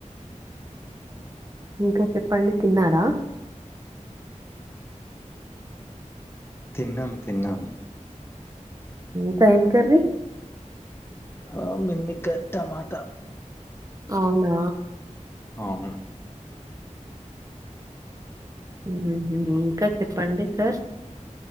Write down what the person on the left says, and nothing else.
తిన్నం తిన్నం
ఆ <unintelligible> టమాట
అవును